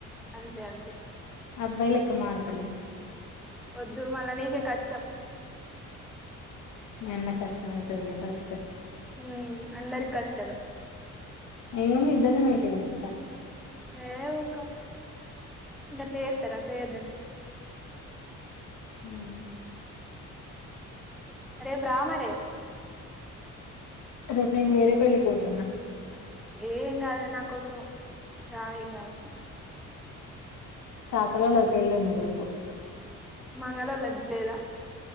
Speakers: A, in the centre; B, on the left.
A: అంతే అంతే
B: అబ్బాయి లెక్క మారతలే
A: వొద్దు మళ నీకే కష్టం
B: మీ అన్న కష్టం మైతదిలే ఫస్ట్
A: హ్మ్ అందరికి కష్టమే
B: ఇం ఇద్దరీనీ మెయింటైన్ చేస్తా
A: ఏ ఊకో ఇంకా అట్లా చేతార చేయొద్దుట్లు
B: హ్మ్
A: అరే బ్రా్మ రే
B: రేపు నేను వేరే పెళ్ళికి పోతున్నా
A: ఏం కాదు లే నా కోసం రా ఏం కాదు
B: అక్కడ వాళ్ళది పెళ్ళి ఉంది రేపు
A: మంగలోలది లేదా